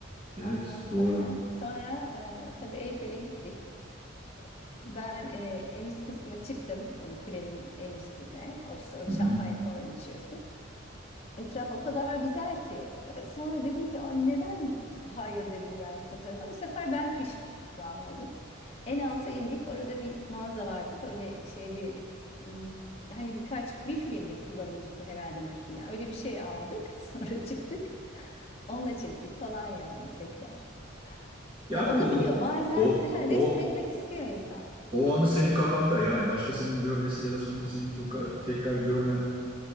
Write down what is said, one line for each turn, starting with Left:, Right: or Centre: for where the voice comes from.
Right: Evet,
Left: Ondan sonra
Right: doğru.
Left: sonra e, tabii Eyfel'e gittik. Ben e, en üst kısma çıktım. Hani kulenin en üstüne. O işte orada
Right: Hı
Left: şampanya
Right: hı.
Left: falan içiyorsun. Etraf o kadar güzel ki. E, Sonra dedim ki "Aa, neden hayır dedim yani fotoğrafa. Bu sefer ben pişman oldum. En alta indik. Orada bir mağaza vardı. Böyle şey bir hmm, hani birkaç bir filmlik kullanımlıktı herhalde makine. Öyle bir şey aldık. <laughs> Sonra çıktık. Onunla çektik falan yani tekrar.
Right: Ya
Left: Ya olabiliyor.
Right: bu
Left: Bazen
Right: o
Left: ha,
Right: o
Left: resmetmek istiyor insan.
Right: o anı senin kafanda yani başkasının görmesi ya da son- senin toka- tekrar görmen